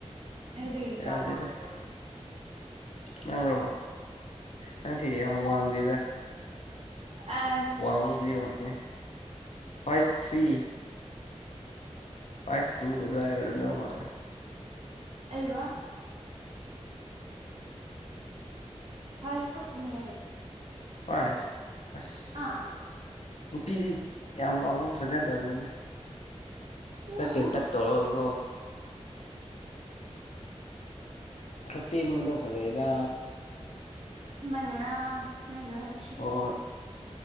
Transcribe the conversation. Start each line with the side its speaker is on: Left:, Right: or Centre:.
Right: ꯑꯩꯗꯤ
Left: ꯌꯥꯗꯦꯗ
Right: ꯀꯌꯥ ꯋꯥꯡꯒꯦꯔ
Left: ꯅꯪꯔꯣ ꯅꯪꯁꯤ ꯌꯥꯝ ꯋꯥꯡꯗꯦꯗ
Right: ꯑꯁ
Left: ꯋꯥꯡꯕꯨꯗꯤ ꯋꯥꯡꯉꯦ ꯐꯥꯏꯚ ꯊ꯭ꯔꯤ ꯐꯥꯏꯚ ꯇꯨ ꯑꯗ꯭ꯋꯥꯏ ꯅꯪ ꯃꯥꯜꯂꯦ
Right: ꯑꯩꯔꯣ ꯐꯥꯏꯐ ꯈꯛꯇꯅꯦ ꯑꯩ
Left: ꯐꯥꯏ ꯑꯁ
Right: ꯑꯥ
Left: ꯅꯨꯄꯤꯗꯤ ꯌꯥꯝ ꯋꯥꯡꯕ ꯐꯖꯗꯕꯅꯤꯅ ꯈꯔ
Right: ꯎꯝ
Left: ꯇꯦꯟꯇꯛ ꯇꯧꯔꯒꯀꯣ ꯈꯔ ꯇꯦꯟꯕꯗ ꯐꯖꯩꯗꯥ
Right: ꯗꯨꯃꯥꯏꯅꯔꯥ ꯅꯪꯒꯤ ꯅꯁꯛ
Left: ꯍꯣꯏ